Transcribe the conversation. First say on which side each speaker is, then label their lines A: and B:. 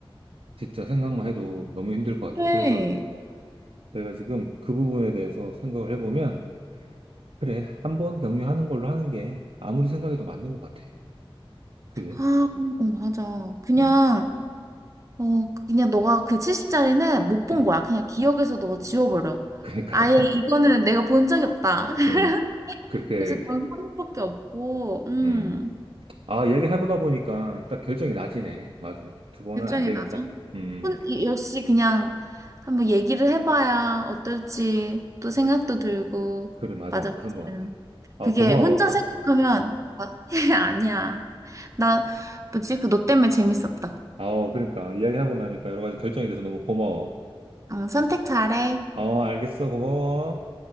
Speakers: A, on the right; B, on the right.
A: 진짜 생각만 해도 너무 힘들 것 같아.
B: 그래.
A: 그래서 내가 지금 그 부분에 대해서 생각을 해보면, 그래, 한 번 격려하는 걸로 하는 게 아무리 생각해도 맞는 것 같아. 그지?
B: 아, 어, 맞아. 그냥,
A: 음,
B: 어, 그냥 너가 그 70짜리는 못 본
A: 음.
B: 거야. 그냥 기억에서 너 지워버려.
A: 그러니까,
B: 아예 이거는
A: <laughs>
B: 내가 본 적이 없다. <laughs>
A: 어, 그렇게 해야겠다.
B: 그래서 결국 한 번밖에 없고, 음,
A: 음. 아, 이야기 해보다 보니까 딱 결정이 나지네. 맞아. 두 번은
B: 결정이
A: 안 되겠다.
B: 나죠.
A: 음, 음.
B: 혼, 이- 역시 그냥 한번 얘기를 해봐야 어떨지 또 생각도 들고,
A: 그래, 맞아.
B: 맞아, 맞아.
A: 그런 것 같아. 아,
B: 그게
A: 고마워.
B: 혼자 생각하면, 아, <laughs> 아니야. 나, 뭐지? 그 너 때문에 재밌었다.
A: 아, 그러니까, 이야기하고 나니까 여러 가지 결정이 돼서 너무 고마워.
B: 응, 선택 잘해.
A: 어, 알겠어. 고마워.